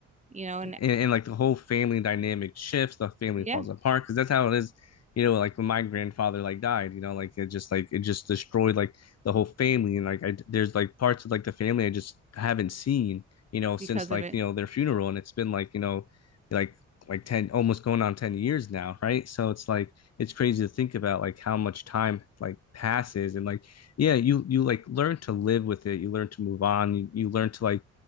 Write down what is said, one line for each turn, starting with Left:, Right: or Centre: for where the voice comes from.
Right: you know, and
Left: and, and like the whole family dynamic shifts, the family
Right: yeah,
Left: falls apart because that's how it is. You know, like when my grandfather like died, you know, like it just like it just destroyed like the whole family, and like I there's like parts of like the family I just haven't seen, you know,
Right: because
Left: since
Right: of
Left: like
Right: it.
Left: you know their funeral, and it's been like you know, like like 10 almost going on 10 years now right so it's like it's crazy to think about like how much time like passes and like yeah you you like learn to live with it you learn to move on you, you learn to like